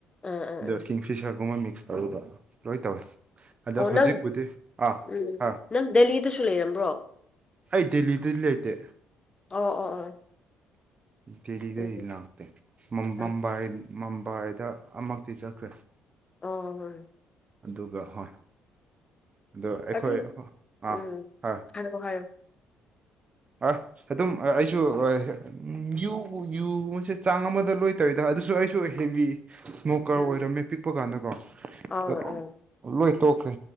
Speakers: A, on the left; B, on the right.
A: ꯑ ꯑ
B: ꯑꯗ
A: ꯎꯝ
B: ꯀꯤꯡꯐꯤꯁꯔꯒꯨꯝꯕ ꯃꯤꯛꯁ ꯇꯧꯔꯒ ꯂꯣꯏ ꯇꯧꯋꯤ ꯑꯗꯣ
A: ꯑꯣ
B: ꯍꯧꯖꯤꯛꯄꯨꯗꯤ
A: ꯅꯪ
B: ꯑꯥ
A: ꯎꯝ
B: ꯑꯥ
A: ꯅꯪ ꯗꯦꯜꯂꯤꯗꯁꯨ ꯂꯩꯔꯝꯕ꯭ꯔꯣ
B: ꯑꯩ ꯗꯦꯜꯂꯤꯗꯗꯤ ꯂꯩꯇꯦ
A: ꯑꯣ ꯑꯣ ꯑꯣ
B: ꯗꯦꯜꯂꯤꯗꯩ
A: ꯎꯝ
B: ꯂꯥꯛꯇꯦ ꯃꯝꯕꯥꯏ
A: ꯑ
B: ꯃꯝꯕꯥꯏꯗ ꯑꯃꯛꯇꯤ ꯆꯠꯈ꯭ꯔꯦ
A: ꯑꯣ ꯍꯣꯏ
B: ꯑꯗꯨꯒ ꯍꯣꯏ ꯑꯗꯣ ꯑꯩꯈꯣꯏ
A: ꯑꯗꯨ ꯎꯝ
B: ꯑꯥ ꯍꯣꯏ <unintelligible>
A: <unintelligible>
B: ꯑꯣ ꯑ ꯑꯗꯨꯝ ꯑꯩꯁꯨ ꯎꯪ ꯌꯨ ꯌꯨꯒꯨꯝꯕꯁꯦ ꯆꯥꯡ ꯑꯃꯗ ꯂꯣꯏ ꯇꯧꯏꯗ ꯑꯗꯨꯁꯨ ꯑꯩꯁꯨ ꯍꯦꯕꯤ ꯏꯁꯃꯣꯀꯔ
A: ꯎꯝ
B: ꯑꯣꯏꯔꯝꯃꯦ ꯄꯤꯛꯄ ꯀꯥꯟꯗꯀꯣ
A: ꯑꯧ
B: ꯑꯗ‌ꯣ
A: ꯑꯧ
B: ꯂꯣꯏ ꯇꯣꯛꯈ꯭ꯔꯦ